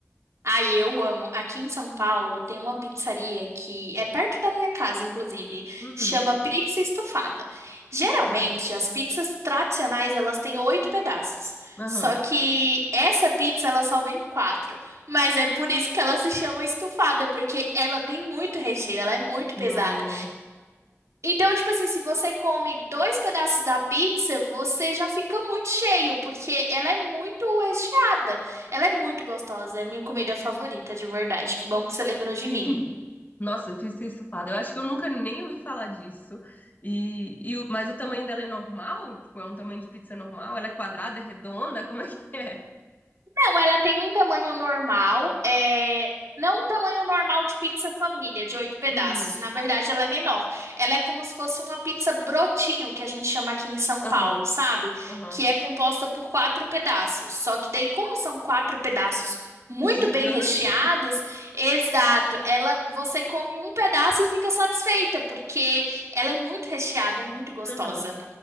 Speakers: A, on the right; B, on the left.
A: ai, eu amo. Aqui em São Paulo tem uma pizzaria que é perto da minha casa, inclusive.
B: Uhum.
A: Chama Pizza Estofada. Geralmente,
B: Ó,
A: as pizzas tradicionais, elas têm oito pedaços.
B: Aham.
A: Só que essa pizza, ela só vem quatro. Mas é por isso que ela se chama estufada, porque ela tem muito recheio, ela é muito
B: Nó.
A: pesada. Então, tipo assim, se você come dois pedaços da pizza, você já fica muito cheio, porque ela é muito recheada. Ela é muito gostosa, é a minha comida favorita, de verdade. Que bom que você lembrou de
B: <laughs>
A: mim.
B: Nossa, eu pizza estufada. Eu acho que eu nunca nem ouvi falar disso. E, e o- mas o tamanho dela é normal? Tipo, é um tamanho de pizza normal? Ela é quadrada, é redonda? Como é que é?
A: Não, ela tem um tamanho normal, é... não um tamanho normal de pizza família, de oito pedaços.
B: Uhum.
A: Na verdade, ela é menor. Ela é como se fosse uma pizza brotinho, que a gente chama aqui em São
B: Aham.
A: Paulo, sabe?
B: Aham.
A: Que é composta por quatro pedaços. Só que daí, como são quatro pedaços muito
B: Gigante.
A: bem recheados, exato, ela você come um pedaço e fica satisfeita, porque ela é muito recheada, é muito gostosa.
B: <laughs> Aham.